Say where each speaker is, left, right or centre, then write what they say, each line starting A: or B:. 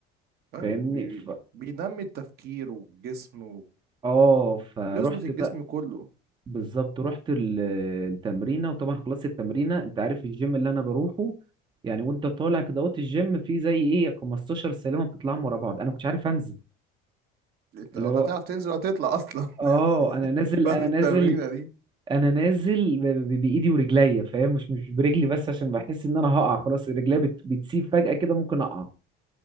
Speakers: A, on the right; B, on the right.
A: آه،
B: فاهمني
A: بي-
B: ف...
A: بي- بينمي التفكير والجسم
B: اه فروحت
A: ويظبط الجسم
B: بقى
A: كله
B: بالظبط رحت ال- التمرينه وطبعا خلصت التمرينه انت عارف الجيم اللي انا بروحه يعني وانت طالع كده وقت الجيم فيه زي ايه 15 سلمه بتطلعهم ورا بعض انا ما كنتش عارف انزل
A: انت
B: اللي
A: ولا
B: هو
A: هتعرف تنزل ولا تطلع اصلا
B: اه انا
A: <laughs>
B: نازل
A: بعد
B: انا
A: التمرينه
B: نازل
A: دي
B: انا نازل ب- ب- بايدي ورجليا فاهم مش مش برجلي بس عشان بحس ان انا هقع خلاص رجليا بت... بتسيب فجأة كده ممكن اقع